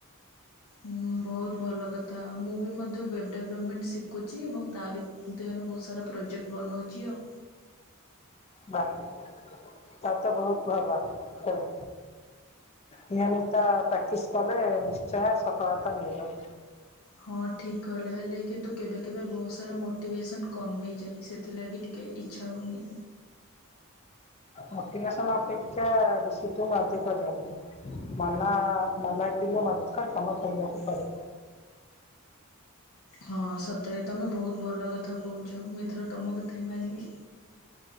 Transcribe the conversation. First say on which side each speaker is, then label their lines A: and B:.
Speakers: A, on the left (about 85°); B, on the left (about 30°).
A: ହୁଁ ବହୁତ ଭଲ କଥା ମୁଁ ବି ମଧ୍ୟ ୱେବ୍ ଡେଭଲପମେଣ୍ଟ ଶିଖୁଛି ଏବଂ ତା ଭିତରେ ତୁ ହୋନେ ବହୁତ ସାରା ପ୍ରୋଜେକ୍ଟ ବନଉଛି ଆଉ।
B: ବା ତାହେଲେ ତ ବହୁତ ଭଲ। ନିୟମିତ ପ୍ରାକ୍ଟିସ କଲେ ନିଶ୍ଚୟ ସଫଳତା ମିଳିବ।
A: ହଁ ଠିକ କହିଲ ହେଲେ କିନ୍ତୁ କେବେ କେବେ ବହୁତ ସାରା ମୋଟିଭେସନ କମ ହେଇଯାଏ ସେ ସେଥିଲାଗି ଟିକେ ଇଚ୍ଛା ହୁଏନି।
B: ମୋଟିଭେସନ ଅପେକ୍ଷା ଡିସିପ୍ଲିନ୍ ଅଧିକ ଜରୁରୀ। ମନ ଭଲ ନ ଲାଗିଲେ ମଧ୍ୟ କର୍ମ କରିବାକୁ ପଡେ।
A: ହଁ ସତେରେ ତମେ ବହୁତ ଭଲ କଥା କହୁଛ ମୁଁ ଏଥର ତମ କଥା ହିଁ ମାନିବି।